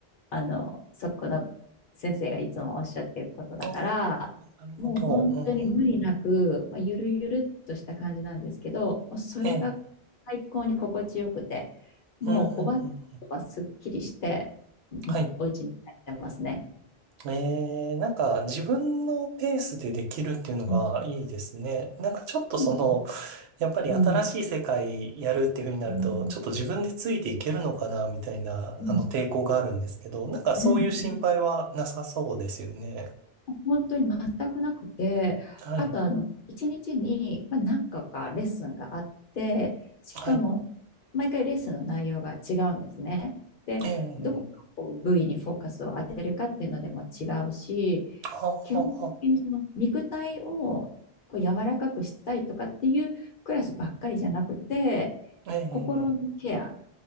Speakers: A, on the left; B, on the right.
A: あの、そこの先生がいつもおっしゃってることだから、
B: あーなるほど。
A: もう本当に無理なく、
B: うんうん
A: まあ、ゆるゆるっとした感じなんですけど、もうそれが最高に心地よくて、
B: ええ、
A: もう終わったはすっきりして、
B: うん、うん、うんうん。
A: うん、
B: はい。
A: お家に帰ってますね。
B: ええ、なんか自分のペースでできるっていうのがいいですね。
A: うん、
B: なんかちょっとその、
A: うん、
B: やっぱり新しい世界やるっていうふうになると、
A: うん、うん、
B: ちょっと自分でついていけるのかな、みたいな、
A: うん。
B: あの、抵抗があるんですけど、なんかそういう心配はなさそうですよね。
A: うん本当に全くなくて、
B: はい、
A: あとあの、一日にちに、まあ、何個かレッスンがあって、しかも、
B: はい。
A: 毎回レッスンの内容が違うんですね。で、
B: ええ
A: どこかこう部位にフォーカスを当てるかっていうのでも違うし、
B: はあは
A: 基本的にその肉体をこう柔らかくしたいとかっていうクラスばっかりじゃなくて、
B: あええ、
A: 心のケア
B: ええ。